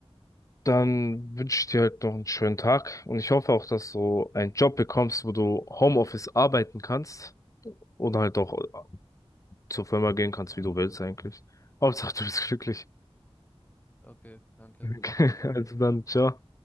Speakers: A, on the left; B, on the left.
A: Dann wünsche ich dir halt noch einen schönen Tag und ich hoffe auch, dass du einen Job bekommst, wo du Homeoffice arbeiten kannst oder halt auch äh, zur Firma gehen kannst, wie du willst eigentlich. Hauptsache, du bist glücklich.
B: okay, danke.
A: <laughs>
B: Ciao.
A: Also dann, ciao.